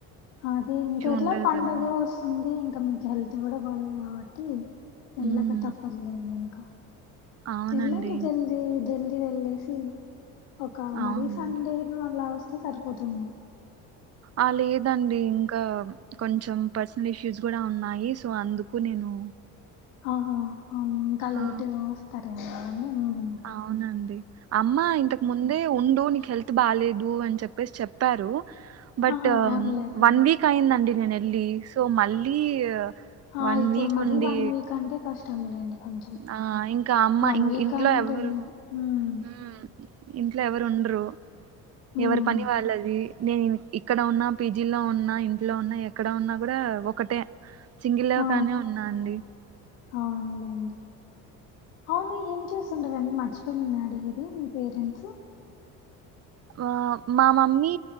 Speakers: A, on the left; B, on the right.
A: అదే ఇంక ఎట్లా
B: ఉండదు
A: పండగ
B: కదా
A: వస్తుంది ఇం ఇంకా మీకు హెల్త్ కూడా బాలేదు కాబట్టి వెళ్ళక
B: మ్మ్
A: తప్పట్లేదు ఇంకా
B: అవునండి
A: ఏళ్లండి జల్ది జ వెళ్లేసి ఒక
B: అవునండి
A: మరీ సండే ను అళ అ సరిపోతుంది.
B: ఆ లేదండి ఇంకా కొంచెం పర్సనల్ ఇష్యూస్ కూడా ఉన్నాయి. సో అందుకు నేను
A: ఆహా అవును ఇంకా లేట్గా
B: ఆ
A: వస్తారెమో అండి ఉ
B: అవునండి అమ్మ ఇంతకు ముందే ఉండు నీకు హెల్త్ బాలేదు అని చెప్పేసి చెప్పారు. బట్
A: ఆహా అవునులేండి
B: వన్ వీక్ అయిదండి. నేన వెల్లి సో మళ్ళీ
A: ఆ
B: వన్
A: ఇప్పుడు
B: వీక్
A: మరీ
B: ఉండి
A: వన్ వీక్ అంటే కష్టం. ఇష్టం లేండి కొంచెం
B: ఆ ఇంకా అమ్మా
A: వన్
B: ఇం
A: వీక్
B: ఇంట్లో
A: అనే
B: ఎవ్వరు
A: టెన్ మ్మ్
B: ఉ ఇంట్లో ఎవరు ఉండరు.
A: మ్మ్
B: ఎవరు పని వాళ్ళది. నేను ఇక్కడ ఉన్నా, పీజిలో ఉన్నా, ఇంట్లో ఉన్నా, ఎక్కడ ఉన్నా కూడా ఒకటే. సింగి లేవ
A: ఆ
B: కానే ఉన్నా అండి
A: అవునులేండి అవును ఏం చేస్తుండారండి మర్చిపోయిన నేను అడిగేది మీ పేరెంట్స్.
B: ఆ మా మమ్మీ